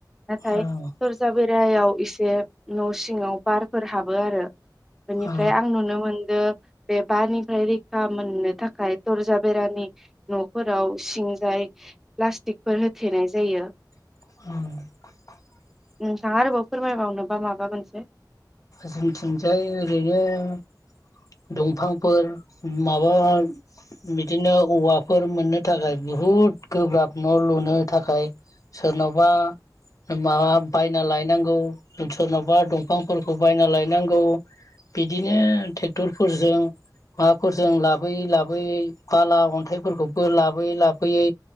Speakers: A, in the centre; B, on the left.
A: नाथाय
B: औ
A: तरजा बेरायाव एसे न' सिङाव बारफोर हाबो आरो बेनिफ्राय
B: औ
A: आं नुनो मोन नो बे बारानिफ्राय रैखा मोननो थाखाय तरजा बेरानि न'फोराव सिं ज प्लास्तिकफोर होथेनाय जायो
B: <unintelligible>
A: नोंथाङा आरोबाव फोरमायबावनोबा माबा मोनसे
B: जोंथिं जाय ओरैनो दंफांफोर माबा बिदिनो औवाफोर मोननो थाखाय बुहुद गोब्राब न' लुनो थाखाय सोरनावबा माबा बायना लायनांगौ सोरनावबा दंफां फोरखौ बायना लायनांगौ बिदिनो ट्रेक्टरफोरजों माबाफोरजों लाबोयै लाबोयै बाला अन्थाइफोरखौबो लाबोयै लाबोयै